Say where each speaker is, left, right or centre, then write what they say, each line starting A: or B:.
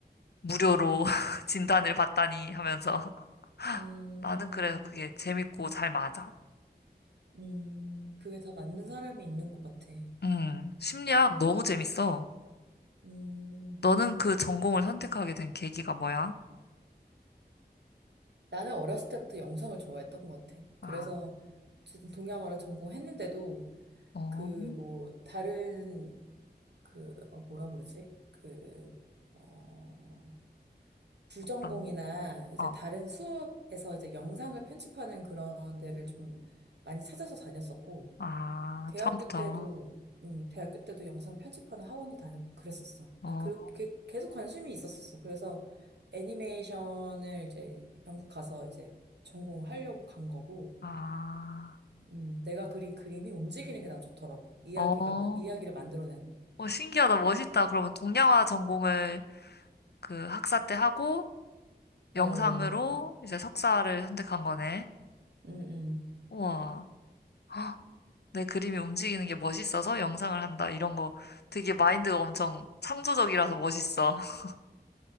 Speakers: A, on the left; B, on the right.
A: 무료로 <laughs> 진단을 받다니 하면서 <laughs>
B: 음,
A: 나는 그래서 그게 재밌고 잘 맞아.
B: 음. 그게 다 맞는 사람이 있는 것 같아.
A: 음, 심리학
B: 어,
A: 너무 재밌어.
B: 음.
A: 너는 그 전공을 선택하게 된 계기가 뭐야?
B: 나는 어렸을 때부터 영상을 좋아했던 것 같아.
A: 아,
B: 그래서 어쨌든 동양어를 전공했는데도
A: 어,
B: 그 뭐 다른 그 어, 뭐라 그러지? 그 어, 부전공이나
A: 난,
B: 이제
A: 어,
B: 다른 수업에서 이제 영상을 편집하는 그런 데를 좀 많이 찾아서 다녔었고
A: 아,
B: 대학교
A: 처음부터,
B: 때도, 음, 대학교 때도 영상 편집하는 학원도 다녔고 그랬었어.
A: 어,
B: 네, 그렇게 계속 관심이 있었었어. 그래서 애니메이션을 이제 영국 가서 이제 전공을 하려고 간 거고,
A: 아,
B: 음, 내가 그린 그림이 움직이는 게 난 좋더라고. 이야기가,
A: 어,
B: 만, 이야기를 만들어내고.
A: 어, 신기하다, 멋있다. 그러면 동양화 전공을 그 학사 때 하고
B: 어,
A: 영상으로
B: 음,
A: 이제 석사를 선택한 거네.
B: 음.
A: 우와, 헉, 내 그림이 움직이는 게 멋있어서 영상을 한다. 이런 거 되게 마인드가 엄청 창조적이라서 멋있어. <laughs>